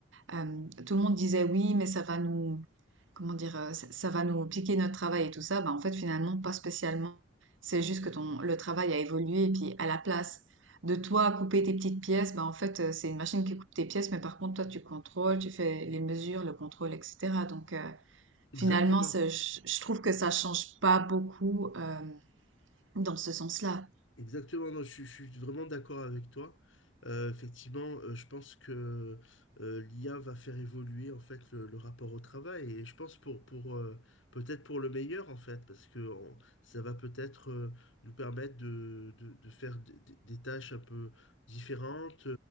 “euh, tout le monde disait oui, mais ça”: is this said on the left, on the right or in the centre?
Right